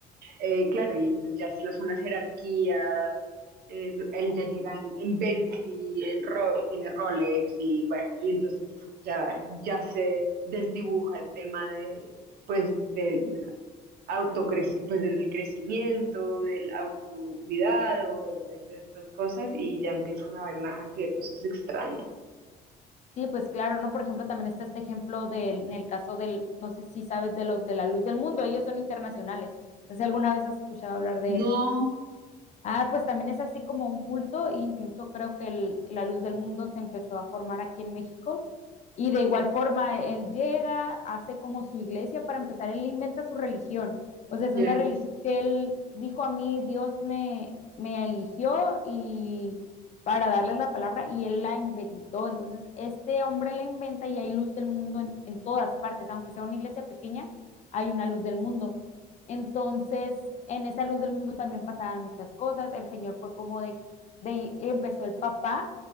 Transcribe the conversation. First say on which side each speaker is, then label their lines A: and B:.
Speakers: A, on the right; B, on the left.
A: Eh, claro, y pues ya lo son las unas jerarquías, eh, él ya llega en, en Bentley, en Ro- y tiene Rolex y bueno, y entonces ya, ya se desdibuja el tema de, pues, del autocreci- pues, del crecimiento, del autocuidado, bueno, de todas estas cosas y ya empiezan a haber una cantidad de cosas extrañas.
B: Sí, pues claro, ¿no? Por ejemplo, también está este ejemplo del, en el caso del, no sé si sabes de los de la luz del mundo, ellos son internacionales. No sé si alguna vez has escuchado hablar de,
A: No,
B: Ah, pues también es así como un culto, e incluso creo que el- la luz del mundo se empezó a formar aquí en México. Y de igual forma, él llega, hace como su iglesia, para empezar, él inventa su religión. O sea, es
A: ya,
B: una religión que él dijo a mí, Dios me, me eligió y para darle la palabra y él la inventó. Entonces, este hombre la inventa y hay luz del mundo en en todas partes, aunque sea una iglesia pequeña, hay una luz del mundo. Entonces, en esa luz del mundo también pasaban muchas cosas. El Señor fue como de, de empezó el papá